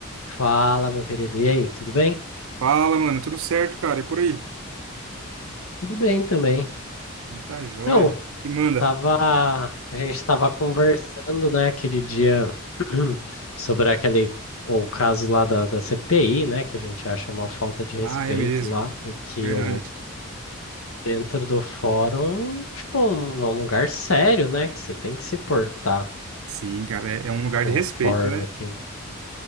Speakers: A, on the left; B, on the right.
A: Fala, meu querido. E aí, tudo bem?
B: Fala, mano, tudo certo, cara? E por aí?
A: Tudo bem também.
B: Então tá joia.
A: Então,
B: E manda.
A: tava, a gente estava conversando, né, aquele dia <clears throat> sobre aquele o caso lá da, da CPI, né, que a gente acha uma falta de respeito
B: Ah, é mesmo.
A: lá e que
B: Verdade.
A: o dentro do fórum, tipo, um, é um lugar sério, né, que você tem que se portar
B: Sim, cara, é, é um lugar
A: conforme
B: de respeito, né?
A: aquilo.